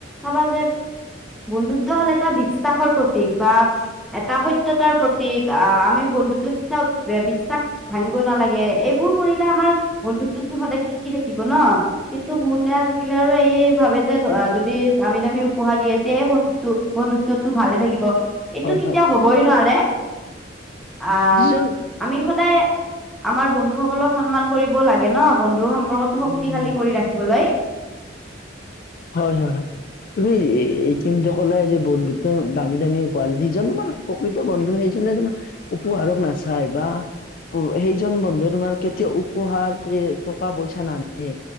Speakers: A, in the centre; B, on the left (about 50°).
A: চাবা যে বন্ধুত্ব হ'ল এটা বিশ্বাসৰ প্ৰতীক বা এটা সত্যতাৰ প্ৰতীক আহ আমি বন্ধুতোক কেতিয়াও বি বিশ্বাস ভাঙিব নালাগে এইবোৰ কৰিলে আমাৰ বন্ধুত্বতো সদায় টিকি থাকিব ন। কিন্তু বহুতে আজিকালি আৰু এয়ে ভাবে যে ধৰা যদি দামী দামী উপহাৰ দিয়ে তেহে বন্ধু টো বন্ধুত্বটো ভালে থাকিব। এইটো
B: হয়
A: কেতিয়াও
B: হয়
A: হবই নোৱাৰে আহ
B: যিজন
A: আমি সদায় আমাৰ বন্ধুসকলক সন্মান কৰিব লাগে ন বন্ধুৰ সম্পৰ্কটো
B: উম
A: শক্তিশালী কৰি ৰাখিবলৈ।
B: হয় হয় তুমি ইতিমধ্যে কলাই যে বন্ধু ত দামী দামী উপহাৰ যিজন মানে প্ৰকৃত বন্ধু সেইজনে তোমাৰ উপহাৰক নাচাই বা সেইজন বন্ধুৱে তোমাৰ কেতিয়াও উ উপহাৰটোৱে টকা পইচা নানিয়ে